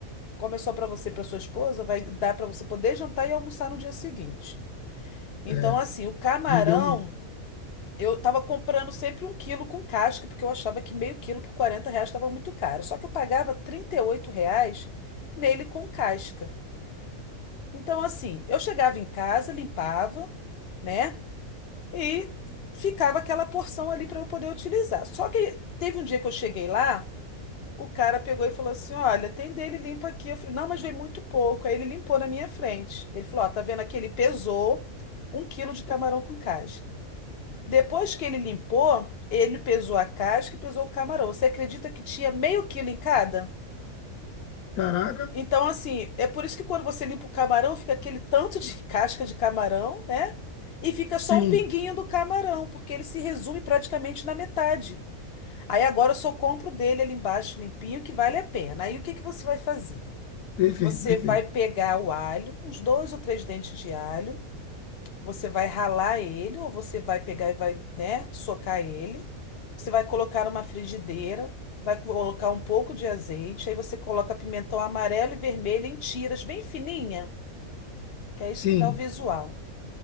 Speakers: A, on the left; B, on the left.
A: como é só para você e para sua esposa, vai dar para você poder jantar e almoçar no dia seguinte. Então,
B: É,
A: assim, o camarão,
B: rendeu muito.
A: eu tava comprando sempre um quilo com casca, porque eu achava que meio quilo por 40 reais estava muito caro. Só que eu pagava 38 reais nele com casca. Então, assim, eu chegava em casa, limpava, né? E ficava aquela porção ali para eu poder utilizar. Só que teve um dia que eu cheguei lá, o cara pegou e falou assim: Olha, tem dele limpo aqui. Eu falei: Não, mas veio muito pouco. Aí ele limpou na minha frente. Ele falou: Ó, tá vendo aqui? Ele pesou um quilo de camarão com casca. Depois que ele limpou, ele pesou a casca e pesou o camarão. Você acredita que tinha meio quilo em cada?
B: Caraca,
A: Então, assim, é por isso que quando você limpa o camarão, fica aquele tanto de <laughs> casca de camarão, né? E fica
B: sim,
A: só um pinguinho do camarão, porque ele se resume praticamente na metade. Aí agora eu só compro dele ali embaixo, limpinho, que vale a pena. Aí o que que você vai fazer?
B: perfeito,
A: Você
B: perfeito.
A: vai pegar o alho, uns dois ou três dentes de alho. Você vai ralar ele, ou você vai pegar e vai, né, socar ele. Você vai colocar numa frigideira, vai colocar um pouco de azeite, aí você coloca pimentão amarelo e vermelho em tiras bem fininha, que é isso
B: Sim,
A: que dá o visual.